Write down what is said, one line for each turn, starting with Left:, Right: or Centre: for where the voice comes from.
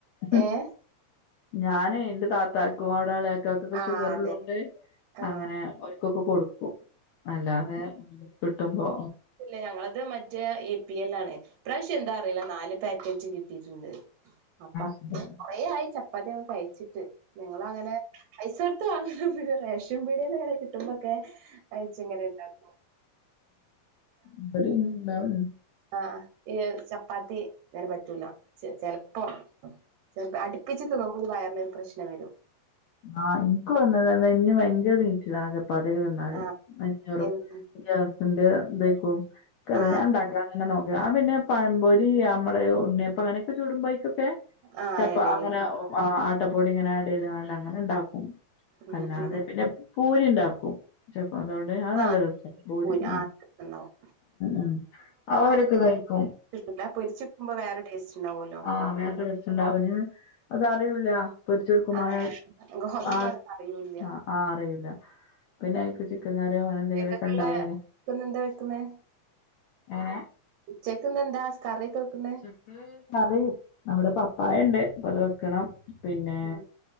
Left: ഹും
Right: ഏഹ്
Left: ഞാനേ ന്റെ താത്താക്കും അവിടേള്ളെ ത്താക്കൊക്കേ
Right: ആഹ്
Left: ഷുഗറ്ള്ളോണ്ട്
Right: അതെ ആഹ്
Left: അങ്ങനെ ഓര്ക്കെക്കേ കൊടുക്കും. അല്ലാതെ കിട്ടുമ്പോ
Right: ഇല്ല ഞങ്ങളത് മറ്റേ എ പി എല്ലാണ്. പ്രാശ്യം എന്താ അറീല നാല് പാക്കേറ്റ് കി ട്ടിട്ടുണ്ട്. അപ്പോ
Left: ശരി
Right: കൊറേ ആയി ചപ്പാത്തിക്കെ കഴിച്ചിട്ട്. ഞങ്ങള് അങ്ങനെ പൈസ കോടുത്ത് വങ്ങലൊന്നുല്ല റേഷൻ പീട്യേന്ന്ങ്ങനെ കിട്ടുമ്പക്കെ അഴിച്ചെങ്ങനെ ഇണ്ടാക്കും
Left: ഇവിടെണ്ടാവും
Right: ആഹ് ഈ ചപ്പാത്തി ഇങ്ങനെ പറ്റൂല ചെലപ്പോ ചെലപ്പോ അടുപ്പിച്ച് ത് <unintelligible> വുമ്പോ ഒരു വയറിന് ഒരു പ്രശ്നം വെരും.
Left: <unintelligible> ആഹ് ഇൻക്ക് വന്ന്ണ്. നെഞ്ഞ് ഭയങ്കരം നീറ്റ്ലാണ് ചപ്പാത്ത്യൊക്കെ തിന്നാല്.
Right: ആഹ്
Left: നെഞ്ഞീറും.
Right: എന്നും
Left: ഗ്യാസിന്റെ ഇതെക്കും കറില
Right: ആഹ്
Left: ഞാ ഇണ്ടാക്ക അങ്ങനെ നോക്ക. ആഹ് പിന്നെ പഴമ്പൊരി അമ്മള് ഉണ്ണ്യപ്പ അങ്ങനെയൊക്കെ ചൂടുമ്പോഴോക്കേ
Right: ആഹ്
Left: ചപ്പ
Right: ആഡ് ചെയ്യും
Left: അങ്ങനെ ആട്ടപ്പൊടി ഇങ്ങനെ ആഡ് ചെയ്ത് കാണ്ട അങ്ങനെ ഇണ്ടാക്കും.
Right: ഉം
Left: അല്ലാതെ
Right: ഉം ഉം
Left: പിന്നെ പൂരി ഇണ്ടാക്കും. <unintelligible> അത്
Right: ആഹ്
Left: <unintelligible> ഭൂരി
Right: പൂരി
Left: ഉം
Right: ആഹ് ഉണ്ടാവും
Left: ഉം ഇത് കഴിക്കും
Right: ല്ല പൊരിച്ട്ക്ക്മ്പോ വേറെ ടേസ്റ്റ്ണ്ടാവോല്ലോ
Left: <unintelligible> രസണ്ടാവുലേ അത്റിയൂല പൊരിച്ചെടുക്കു <unintelligible>
Right: ആഹ് ഗോതമ്പാണ്
Left: ആത്
Right: അറിയൂല്ല
Left: ആഹ് ആഹ് അറിയൂല. പിന്നെ അയ്ക്ക് ചിക്കൻ കറിയോ അങ്ങനെ എന്തെങ്കിലൊക്കെ
Right: ഉച്ചക്കക്കുള്ള
Left: ഉണ്ടായാല്
Right: ഇന്ന് എന്താ വെക്കുന്നേ
Left: എങ്ങെനെ
Right: ഉച്ചക്ക് ഇന്ന് എന്താ സ് കറിയൊക്കെ വെക്കുന്നെ
Left: ഉച്ചക്ക് കറി അവിടെ പപ്പാ ഇണ്ട്. അപ്പത് വെക്കണം പിന്നെ
Right: ഉം